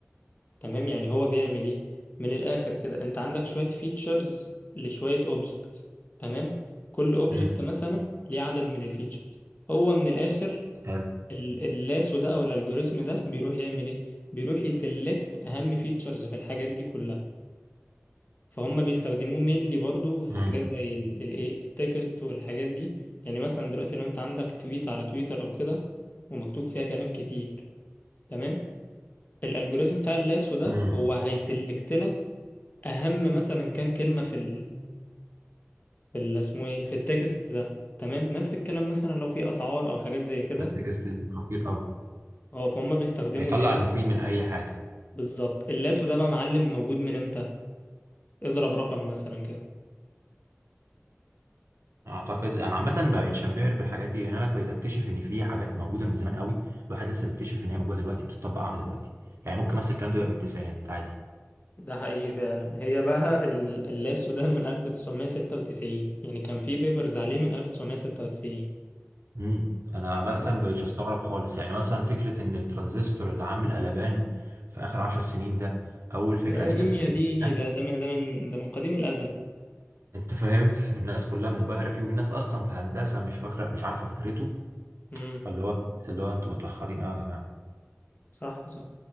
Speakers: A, on the left (about 35°); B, on the right (about 60°).
A: تمام يعني هو بيعمل إيه من الآخر كده أنت عندك شوية فيتشرز لشوية أوبجكتس تمام كل أوبجكت
B: مم.
A: مثلا ليه عدد من الفيتشرز هو من الآخر
B: حلو
A: ال- اللاسو ده أو الألجوريزم ده بيروح يعمل إيه بيروح يسلكت أهم فيتشرز في الحاجات دي كلها فهم بيستخدموه مينلي برضو في
B: مم.
A: حاجات زي ال- ال- ايه التكست والحاجات دي يعني مثلا دلوقتي لو انت عندك تويت على تويتر او كده ومكتوب فيها كلام كتير تمام الالجوريزم بتاع اللاسو ده
B: مم.
A: هو هيسلكت لك اهم مثلا كام كلمة في ال في ال- اسمه ايه في التكست ده تمام نفس الكلام مثلا لو في اسعار او حاجات زي كده
B: التكست دي خطير قوي
A: اه فهم بيستخدموا
B: هيطلع
A: الايه
B: المفيد من اي حاجة
A: بالظبط اللاسو ده بقى معلم موجود من امتى اضرب رقم مثلا كده
B: اعتقد انا عامه ما بقتش انبهر بالحاجات دي لان انا بقيت اكتشف ان في حاجات موجوده من زمان قوي الواحد لسه بيكتشف ان هي موجوده دلوقتي بتطبق عامل دلوقتي يعني ممكن مثلا الكلام ده يبقى من التسعينات عادي
A: ده حقيقي فعلا هي بقى ال- اللاسو ده من 1996 يعني كان في بيبرز عليه من 1996
B: امم انا عامه
A: مم.
B: ما بقتش استغرب خالص يعني مثلا فكره ان الترانزستور اللي عامل قلبان في اخر عشر سنين ده اول فكره
A: ده قديم
B: ليه كانت في
A: يا
B: الخمسينات
A: ديني ده ده من ده من ده من قديم الأزل
B: انت فاهم <laughs> الناس كلها منبهره فيه وفي ناس اصلا في هندسه مش فاكره مش عارفه فكرته
A: امم
B: فاللي هو بس اللي هو انتوا متاخرين قوي يا جماعه
A: صح صح